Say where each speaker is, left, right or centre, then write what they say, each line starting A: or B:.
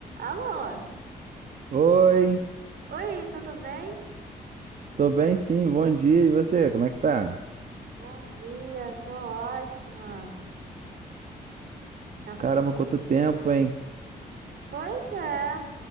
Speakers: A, on the right; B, on the right.
A: Alô?
B: Oi,
A: Oi, tudo bem?
B: tô bem sim, bom dia. E você, como é que tá?
A: Bom dia, tô ótima. Tá-
B: Caramba, quanto tempo, hein?
A: Pois é.